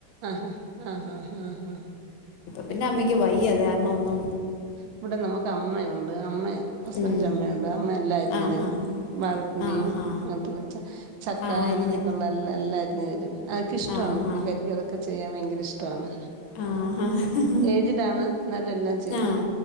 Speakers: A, on the right; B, on the left.
A: അഹ ആ ഹാ ഹാ ഹാ ഹാ
B: പിന്നമ്മക്ക് വയ്യ ത് കാരണ ഒന്നും
A: ഇവിടെ നമുക്ക് അമ്മയുണ്ട് അമ്മെ ഹസ്ബന്റിന്റെ
B: ഉം
A: അമ്മയുണ്ട് അമ്മ എല്ലാ അരിഞ്ഞു
B: ആ
A: തരും
B: ഹാ
A: വാഴപ്പിണ്ടിയിം
B: ആ ഹാ
A: അങ്ങനത്തെ ചക്ക
B: ആ അരിഞ്ഞ്
A: അങ്ങനെയൊക്കെ ഉള്ള എല്ലാ എല്ലാരി <unintelligible> അതൊക്കെ ഇഷ്ടാണ്
B: ആ ഹാ
A: പുള്ളിക്കാരിക്ക് അതൊക്കെ ചെയ്യാൻ ഭയങ്ക ഇഷ്ടാണ്
B: ആ ഹാ
A: ഏജ്ടാണ് ന്നാലും എല്ലാം ചെയ്യും
B: ആഹ്